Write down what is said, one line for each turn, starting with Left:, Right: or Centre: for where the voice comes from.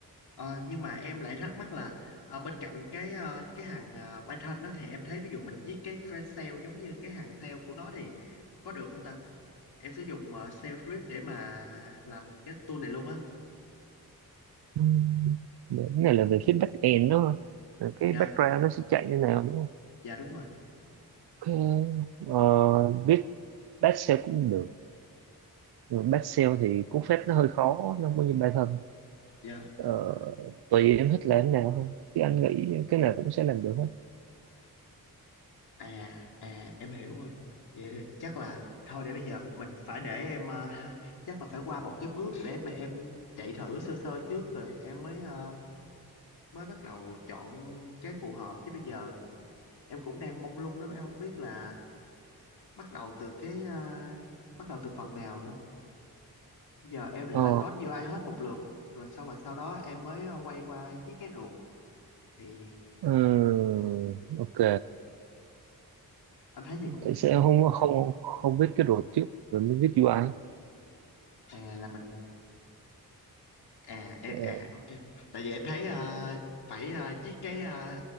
Left: Ờ, nhưng mà em lại thắc mắc là ờ, bên cạnh cái ờ, cái hàng ờ, Python đó thì em thấy ví dụ mình viết cái thread cell giống như cái hàng cell của nó thì có được không ta em sử dụng uh, shell script để mà làm cái tool này luôn á
Right: Ừm, cái này là về phía back end đúng không Rồi cái
Left: dạ
Right: background nó sẽ chạy như nào đúng không
Left: dạ đúng rồi
Right: Ok, ờ, viết back shell cũng được back shell thì cú phép nó hơi khó nó không có như Python
Left: dạ
Right: Ờ, tùy em thích làm thế nào không chứ anh nghĩ cái nào cũng sẽ làm được hết
Left: à à em hiểu rồi vậy là chắc là thôi để bây giờ mình phải để em ờ, <laughs> chắc là phải qua một cái bước để mà em chạy thử sơ sơ trước rồi em mới ờ, mới bắt đầu chọn cái phù hợp chứ bây giờ em cũng đang mông lung lắm em không biết là bắt đầu từ cái ờ, bắt đầu từ phần nào nữa bây giờ em định
Right: ờ
Left: là code UI hết một lượt rồi xong rồi sau đó em mới ờ, quay qua viết cái ruột thì
Right: ừm, ok
Left: anh thấy vậy cũng
Right: tại
Left: ok
Right: sao em
Left: đúng
Right: không
Left: không
Right: không không viết cái road trước rồi mới viết UI
Left: anh à là mình à em-
Right: Ờ,
Left: à ok tại vì em thấy ờ, phải ờ, viết cái ờ,